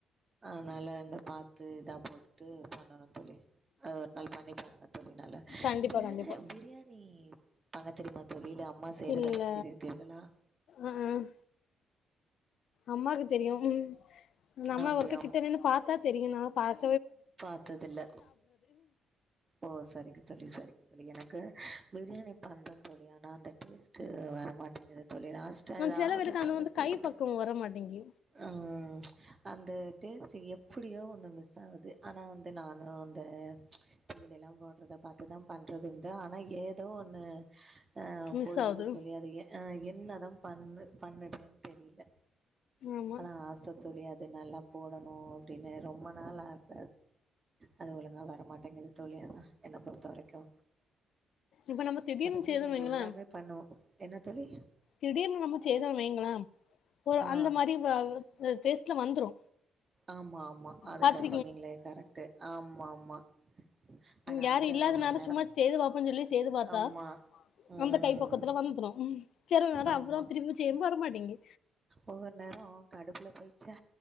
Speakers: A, on the right; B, on the left.
A: அதனால அந்த பாத்து இதா போட்டு தோழி அது ஒரு நாள் பண்ணி பாருங்க தோழி நாளா
B: கண்டிப்பா
A: பிரியா
B: கண்டிப்பா
A: பிரியாணி பண்ணத் தெரியுமா தோழி இல்ல அம் அம்மா செய்யறத
B: இல்ல
A: பார்த்திருக்கீர்களா
B: ம் ம் அம்மாக்கு தெரியு ம் நம்ம
A: அப்படியா?
B: ஒர்கு கிட்ட நின்னு பாத்தா தெரியுண்ணா பாத்
A: பாத்ததில்ல ஓ சரிங்க தோழி சமரிங்க அது எனக்கு பிரியாணி பண்ற தோழி ஆனா அந்த டேஸ்ட்டு வர மாட்டேங்குது தோழி லாஸ்டா ஏதாவது
B: சில பேருக்கு
A: சொதப்பிடுது
B: அந்த வந்து கை பக்குவோ வர மாட்டேங்கி
A: உம் அந்த டேஸ்ட்டு எப்டியோ ஒன்னு மிஸ் ஆவுது ஆனா வந்து நானு இந்த டிவில எல்லா போடுறத பாத்துதா பண்றது உண்டு ஆனா ஏதோ ஒன்னு ஆஹ்
B: மிஸ்
A: போய்டுது
B: ஆவுது
A: தோழி ஆஹ என்னதா பண்ணு பண்ணதுன்னு தெரியில
B: ஆமா
A: ஆனா ஆச தோழி அது நல்லா போடணு அப்டினு ரொம்ப நாள் ஆச அது ஒழுங்கா வரமாட்டேங்குது தோழி என்ன பொறுத்த வரைக்கோ
B: இப்ப நம்ம திடீர்னு
A: மறத்த படி
B: செய்தோன்
A: மிதி
B: வைங்களே
A: எல்லாமே பண்ணுவோ என்ன தோழி
B: திடீர்னு நம்ம செய்தோ வெய்யிங்களே ஒர்
A: ஆ
B: அந்த மாரி டெஸ்ட்லா வந்துரு
A: ஆமா ஆமா அதுக்கு
B: பாத்
A: சொன்னீங்களே கரெக்டு ஆமா ஆமா ஆனா
B: யாரு
A: கூட
B: இல்லாத
A: ஒவ்வொரு
B: நேரோ சும்மா செய்து பாப்போன்னு சொல்லி செய்து பாத்தா
A: ஆமா ம்
B: அந்த கைப்பக்குவத்துல வந்துரு செல நேரோ
A: ஆமா
B: அப்புறோ திருப்பி செய்யும் போ வரமாட் ங்கி
A: ஒவ்வொரு நேரோ கடுப்புல போயி ச்சே